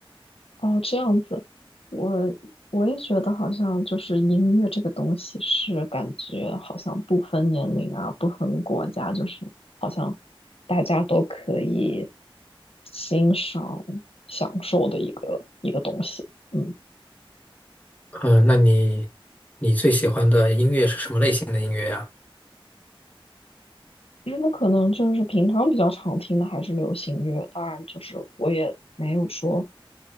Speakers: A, on the left; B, on the left.
A: 哦，这样子，我我也觉得好像就是音乐这个东西是感觉好像不分年龄啊，不分国家，就是好像大家都可以欣赏享受的一个一个东西。嗯，
B: 呃，那你你最喜欢的音乐是什么类型的音乐呀？
A: 因为我可能就是平常比较常听的还是流行乐，当然就是我也没有说。